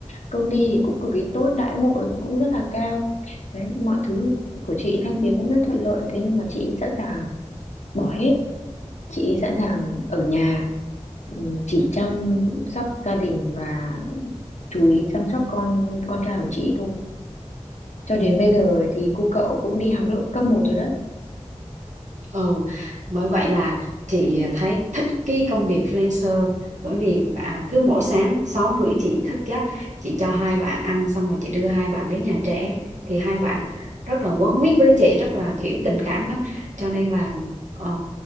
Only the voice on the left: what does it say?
công ty thì cũng cực kỳ tốt đãi ngộ cũng rất là cao đấy mọi thứ của chị thăng tiến cũng rất thuận lợi thế nhưng mà chị sẵn sàng bỏ hết chị sẵn sàng ở nhà ừ, chỉ chăm sóc gia đình và chú ý chăm sóc con con trai của chị thôi cho
đến bây giờ thì cu cậu cũng đi học lớp cấp một rồi đấy